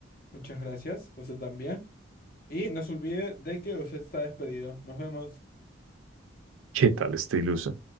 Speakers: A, on the left (about 45°); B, on the right (about 80°).
A: Muchas gracias, usted también. Y no se olvide de que usted está despedido. Nos vemos.
B: ¿Qué tal este iluso?